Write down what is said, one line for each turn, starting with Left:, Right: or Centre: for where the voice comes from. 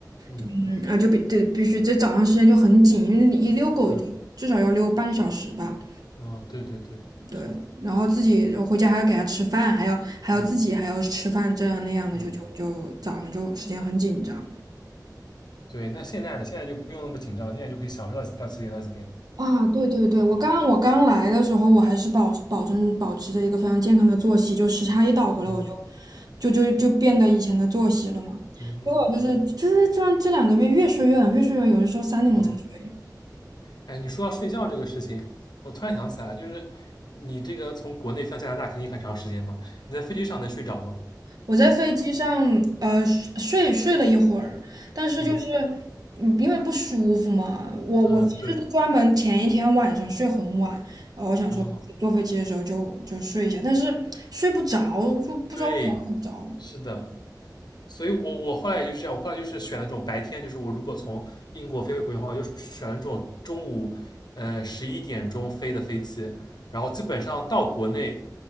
Left: 嗯
Right: 嗯啊，就必得必须这早上时间就很紧，因为你一遛狗就至少要遛半个小时吧，
Left: 嗯哦，对对对，
Right: 对，
Left: 是的。
Right: 然后自己我回家还要给它吃饭，还要还要自己还要吃饭，
Left: 嗯
Right: 这样那样的，
Left: 嗯，
Right: 就就就早上就时间很紧张。
Left: 对，那现在呢？现在就不用那么紧张，现在就可以享受到到几点到几点。
Right: 啊，对对对，我刚我刚来的时候，我还是保保证保持着一个非常健康的作息，就时差一倒过来，
Left: 嗯
Right: 我就就就就变得以前的作息了嘛。
Left: 嗯嗯嗯。
Right: 结果就是就是这这两个月越睡越晚，越睡越晚，有的时候三点钟才睡。
Left: 嗯，哎，你说到睡觉这个事情，我突然想起来，就是你这个从国内飞到加拿大肯定很长时间嘛，你在飞机上能睡着吗？
Right: 我在飞机上呃睡睡了一会儿，但是就是
Left: 嗯
Right: 嗯因为不舒服嘛，我我其实是专门前一天晚上睡很晚，
Left: 嗯，对，
Right: 呃，我想说坐飞机的时候就就睡一下，
Left: 哦，
Right: 但是睡不着，就不知道为啥睡不着。
Left: 对，是的，所以我我后来也就是这样，我后来就是选了这种白天，就是我如果从英国飞回国内的话，我就选了这种中午呃十一点钟飞的飞机，然后基本上到国内